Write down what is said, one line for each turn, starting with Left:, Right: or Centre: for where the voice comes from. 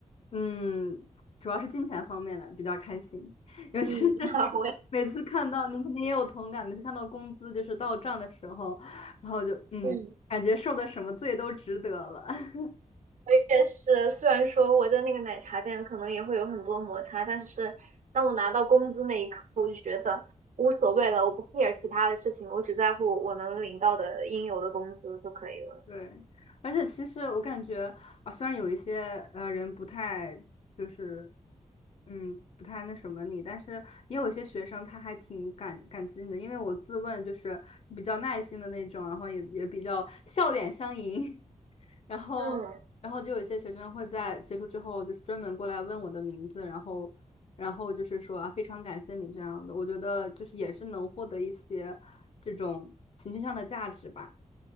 Left: 嗯，主要是金钱方面的比较开心，尤其是
Right: 嗯，<laughs>
Left: <laughs>
Right: 我。
Left: 每次看到，你肯定也有同感，每次看到工资就是到账的时候，然后就嗯，
Right: 嗯，
Left: 感觉受的什么罪都值得了。<laughs>
Right: 也是。虽然说我在那个奶茶店可能也会有很多摩擦，但是当我拿到工资那一刻，我就觉得无所谓了，我不 care 其他的事情，我只在乎我能领到的应有的工资就可以了。
Left: 对，而且其实我感觉啊，虽然有一些呃人不太就是嗯不太那什么你，但是也有一些学生他还挺感感激你的，因为我自问就是比较耐心的那种，然后也也比较笑脸相迎。<laughs> 然后，
Right: 嗯，
Left: 然后就有一些学生会在结束之后，就是专门过来问我的名字，然后，然后就是说啊，非常感谢你这样的，我觉得就是也是能获得一些这种情绪上的价值吧。